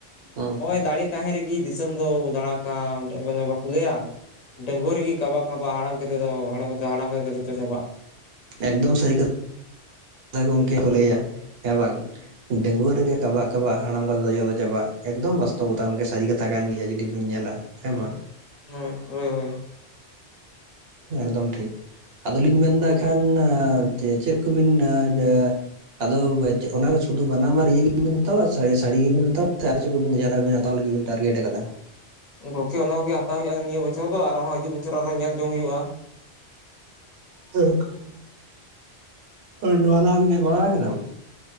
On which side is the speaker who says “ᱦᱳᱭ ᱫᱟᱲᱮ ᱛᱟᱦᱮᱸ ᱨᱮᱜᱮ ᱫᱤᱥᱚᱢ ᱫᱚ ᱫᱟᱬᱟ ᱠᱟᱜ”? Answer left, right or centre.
Left